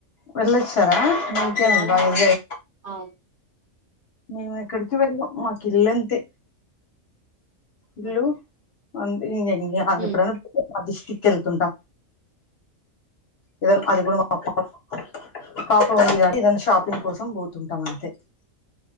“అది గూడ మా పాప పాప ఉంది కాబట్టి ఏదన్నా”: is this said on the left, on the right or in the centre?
Left